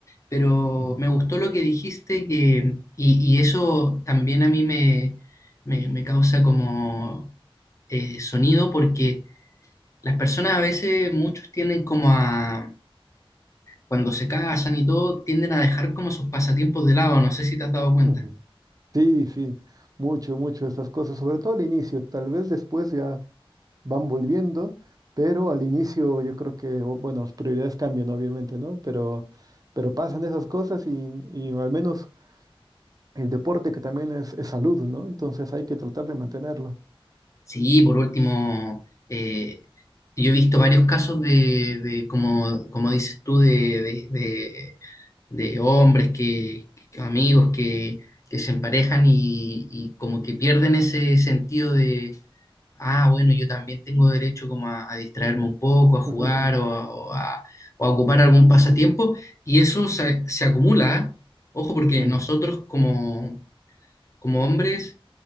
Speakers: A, on the left (about 30°); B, on the right (about 40°).
A: pero
B: ujú,
A: me gustó lo que dijiste que, y, y eso también a mí me, me, me causa como eh, sonido porque las personas a veces, muchos tienden como a, cuando se casan y todo, tienden a dejar como sus pasatiempos de lado, no sé si te has dado cuenta.
B: ujú. Sí, sí, mucho, mucho esas cosas, sobre todo al inicio, tal vez después ya van volviendo, pero al inicio yo creo que, o- bueno, las prioridades cambian obviamente, ¿no? Pero, pero pasan esas cosas y, y al menos el deporte que también es, es salud, ¿no? Entonces hay que tratar de mantenerlo.
A: Sí, por último, eh, yo he visto varios casos de, de como, como dices tú, de, de- de- de hombres que, que amigos que, que se emparejan y, y como que pierden ese sentido de, ah, bueno, yo también tengo derecho como a, a distraerme un poco, a jugar
B: <laughs>
A: o, a, o a- o a ocupar algún pasatiempo, y eso se, se acumula, ¿eh? Ojo, porque
B: Mm,
A: nosotros como como hombres,